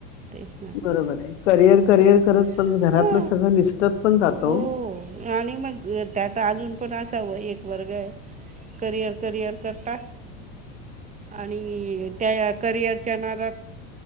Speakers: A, on the right; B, on the left.
A: तेच ना
B: बरोबर आहे. करिअर,
A: हो
B: करिअर करत पण घरातलं
A: हो
B: सगळं निसटत पण जातं
A: हो.
B: ओ.
A: आणि मग अ त्याच अजून पण असावं एक वर्ग आहे करिअर करिअर करता आणि त्या करिअरच्या नादात